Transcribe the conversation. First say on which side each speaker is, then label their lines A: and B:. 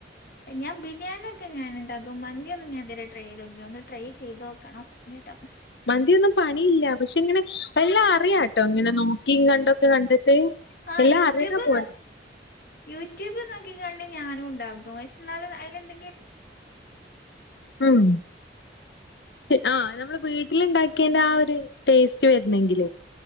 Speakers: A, on the left; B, on the left.
A: ഞാൻ ബിരിയാണിയ ഒക്കെ ഞാൻ ഉണ്ടാക്കും മന്തി ഒന്ന് ഞാൻതുവരെ ട്രൈ്തോക്കില്ലോ ഒന്ന് ട്രൈ ചെയ്ത് നോക്കണം ഒരു ടഫ്
B: മന്തിയൊന്നും പണിയില്ല പക്ഷെ ഇങ്ങനെ എല്ലാം അറിയാംട്ടോ ഇങ്ങനെ നോ ക്കി കണ്ടൊക്കെ കണ്ടിട്ട്
A: ആഹ്
B: എല്ലാം
A: യൂട്യൂബ്
B: അറിയിണ പോലെ
A: യൂട്യൂബ് നോക്കിക്കാണ്ട് ഞാനും ഉണ്ടാകും പക്ഷെ എന്നാലും അയിൽ എന്തൊക്കെ
B: ഉം ആഹ നമ്മള് വീട്ടിൽ ഉണ്ടാക്കിയന്റെ ആ ഒരു ടേസ്റ്റ് വരുന്നെങ്കിൽ